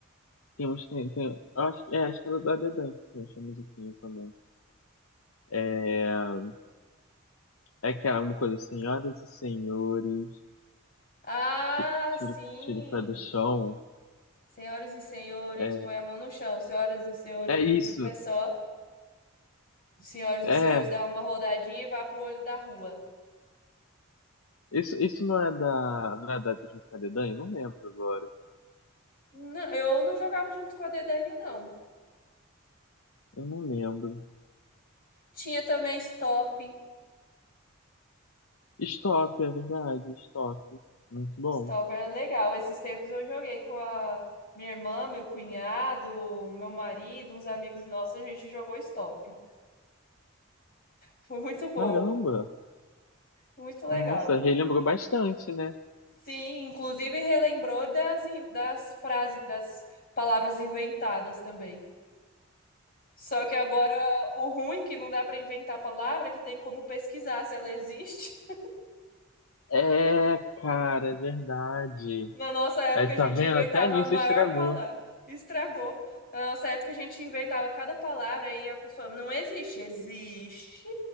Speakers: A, on the left (about 75°); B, on the left (about 40°).
A: tem uns, tem, tem, acho, é, acho que era da Dedan que tinha essa musiquinha também. É, é que era uma coisa, assim, senhoras e senhores,
B: Ah,
A: ti- tiro,
B: sim!
A: tiro o pé do chão.
B: Senhoras e senhores,
A: É
B: põe a mão no chão. Senhoras e senhores,
A: é
B: pule
A: isso,
B: de um pé só. Senhoras
A: é,
B: e senhores, dá uma rodadinha e vá pro olho da rua.
A: isso, isso não é da, não é da de Junto com a Dedan? Eu não lembro agora,
B: Não, eu não jogava junto com a Dedanha, não.
A: eu não lembro.
B: Tinha também Stop.
A: Stop, é verdade, stop, muito bom.
B: Stop era legal. Esses tempos eu joguei com a minha irmã, meu cunhado, meu marido, uns amigos nossos, a gente jogou Stop. Foi muito bom,
A: Caramba,
B: muito legal.
A: nossa, relembrou bastante, né?
B: Sim, inclusive relembrou das, das frases, das palavras inventadas também. Só que agora o ruim é que não dá para inventar palavra, que tem como pesquisar se ela existe.
A: É, cara, é verdade.
B: <laughs> Na nossa época
A: É,
B: a
A: tá
B: gente
A: vendo?
B: inventava
A: Até nisso
B: a maior
A: estragou.
B: palavra. Estragou. Na nossa época a gente inventava cada palavra e a pessoa não existe. Existe?